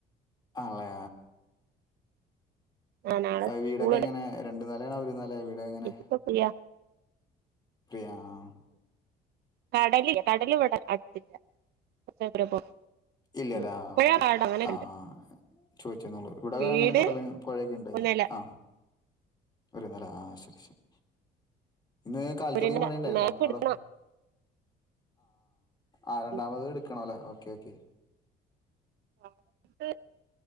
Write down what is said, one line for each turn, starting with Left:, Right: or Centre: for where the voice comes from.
Left: ആണ്ലെ
Right: ആഹ് നാളെ
Left: എഹ്
Right: സ്കൂള്
Left: വീടൊക്കെ എങ്ങനെ രണ്ട് നെലേണോ ഒരു നെലെ ആണോ വീട് എങ്ങനെ
Right: ഇപ്പൊ ഫ്രീയാ
Left: ഫ്രിയാ ആഹ്
Right: കടലി കടല് ഇവിടെ അടുത്തില്ല കൊറച്ചാ ദൂരെ പോണം
Left: ഇല്ലെലെ
Right: ഉം
Left: ആഹ്
Right: പുഴ
Left: ഓക്കെ
Right: പാടം അങ്ങനെയൊക്കെണ്ട്
Left: ആഹ് ആഹ് ചോയ്ച്ച്ന്നൊള്ളൂ ഇവിടെക്കേ
Right: വീട്
Left: അങ്ങനെ കടലും, പുഴയൊക്കെ ഉണ്ടായ്ന്നു
Right: ഒരു നെല
Left: ആഹ് ഒരു നെലെ, ആഹ് ശരി ശരി ഇന്ന് കാല
Right: ഒരു
Left: തൊടങ്ങിയ
Right: നെല
Left: മഴുണ്ടായിരുന്നോ
Right: മാപ്പ്
Left: അവിടെ
Right: എടുക്കണം
Left: ആഹ് രണ്ടാമത്
Right: ഉം
Left: ഇട്ക്കണലെ ഓക്കെ, ഓക്കെ
Right: അത്